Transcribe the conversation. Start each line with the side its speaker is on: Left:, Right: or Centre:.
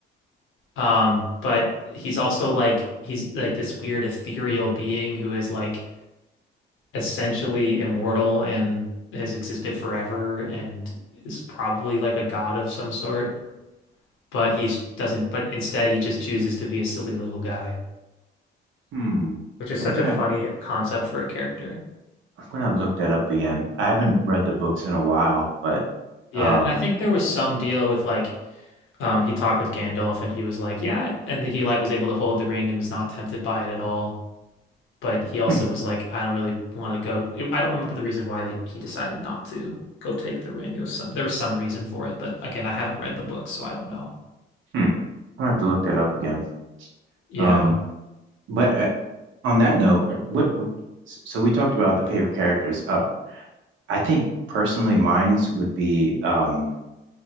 Left: Um, but he's also like he's like this weird ethereal being who is like essentially immortal and has existed forever and is probably like a god of some sort. but he doesn't. But instead, he just chooses to be a silly little guy,
Right: Hmm.
Left: which is such
Right: I'm gonna
Left: a funny concept for a character.
Right: I'm gonna look that up again. I haven't read the books in a while, but
Left: Yeah,
Right: um,
Left: and I think there was some deal with like um, he talked with Gandalf and he was like, yeah, and he like was able to hold the ring and was not tempted by it at all. But he also
Right: hmm,
Left: was like, I don't really want to go. I don't remember the reason why they he decided not to go take the ring. It was some there was some reason for it, but again, I haven't read the book, so I don't know.
Right: hmm. I'm gonna have to look that up again.
Left: Yeah,
Right: Um, but uh, on that note, uh, what, what? s- So we talked about the favorite characters. Uh, I think personally, mine's would be um